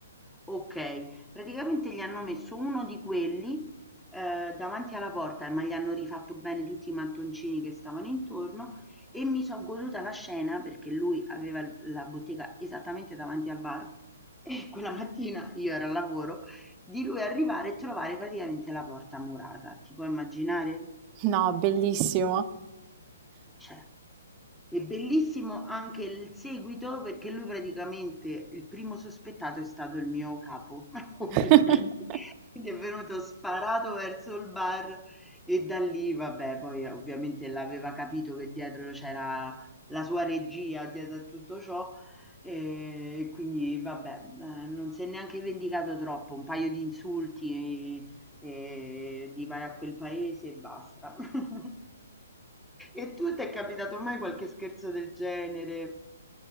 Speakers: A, in the centre; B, on the right.
A: Ok, praticamente gli hanno messo uno di quelli eh, davanti alla porta, ma gli hanno rifatto bene tutti i mattoncini che stavano intorno e mi sono goduta la scena perché lui aveva l- la bottega esattamente davanti al bar e quella mattina io ero al lavoro di lui arrivare e trovare praticamente la porta murata. Ti puoi immaginare?
B: No, bellissimo.
A: Cioè. È bellissimo anche il seguito perché lui praticamente il primo sospettato è stato il mio capo, <laughs> ovviamente.
B: <laughs>
A: Quindi è venuto sparato verso il bar e da lì, vabbè, poi ovviamente l'aveva capito che dietro c'era la sua regia dietro a tutto ciò e quindi vabbè, eh, non si è neanche vendicato troppo, un paio di insulti eh, di vai a quel paese e basta. <laughs> E tu ti è capitato mai qualche scherzo del genere?